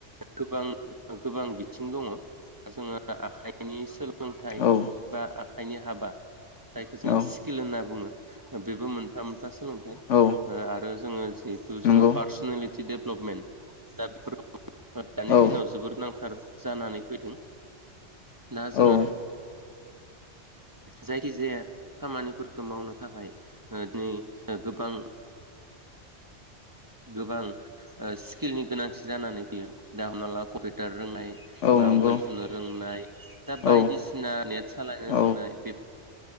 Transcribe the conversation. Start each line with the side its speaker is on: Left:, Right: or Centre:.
Right: गोबां गोबां बिथिं दङ जोङो आखाइनि सोलोंथाइ
Left: औ
Right: बा आखाइनि हाबा जायखौ जोङो
Left: औ
Right: स्किल होनना बुङो बेबो मोनफा मोनफा सोलोंथाइ
Left: औ
Right: आरो जोङो ज
Left: नंगौ
Right: पारनेलि डेभेलपमेन्ट दा बे दानि
Left: औ
Right: दिनाव जोबोद गोनांथार जानानै फैदों दा
Left: औ
Right: जोङो जायथिजाया खामानिफोरखौ मावनो थाखाय दिनै गोबां गोबां स्किलनि गोनांथि जानानै फैयो दा हमना ला कम्पिउटार रोंनाय
Left: औ
Right: बा
Left: नंगौ
Right: मबाइल थुनो रोंनाय दा
Left: औ
Right: बायदिसिना नेट सालायनो
Left: औ
Right: रोंनाय बे